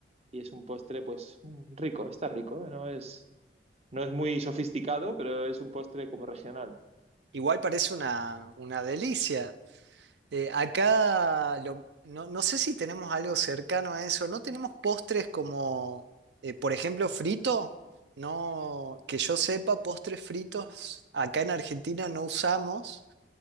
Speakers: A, on the right; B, on the right.
A: y es un postre pues mm, rico, está rico, ¿eh? No es, no es muy sofisticado, pero es un postre como regional.
B: Igual parece una, una delicia. Eh, acá lo- no, no sé si tenemos algo cercano a eso. No tenemos postres como, eh, por ejemplo, frito. No, que yo sepa, postres fritos acá en Argentina no usamos,